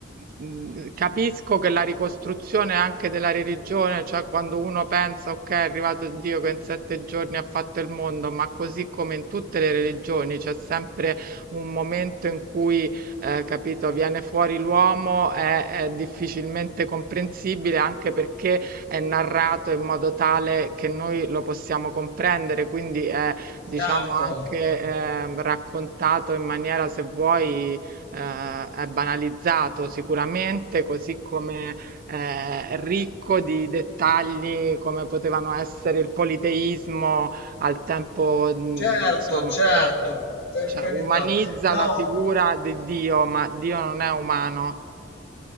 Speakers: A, on the right; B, on the left.
A: mh, capisco che la ricostruzione anche della religione, cioè quando uno pensa, ok, è arrivato Dio che in sette giorni ha fatto il mondo, ma così come in tutte le religioni c'è sempre un momento in cui, eh, capito, viene fuori l'uomo, è, è difficilmente comprensibile anche perché è narrato in modo tale che noi lo possiamo comprendere, quindi è diciamo
B: certo,
A: anche, ehm, raccontato in maniera, se vuoi, ehm, è banalizzato sicuramente, così come eh, ricco di dettagli come potevano essere il politeismo al tempo, mh,
B: certo,
A: insomma,
B: certo,
A: eh,
B: per
A: cioè,
B: carità.
A: umanizza
B: No,
A: la figura di Dio, ma Dio non è umano.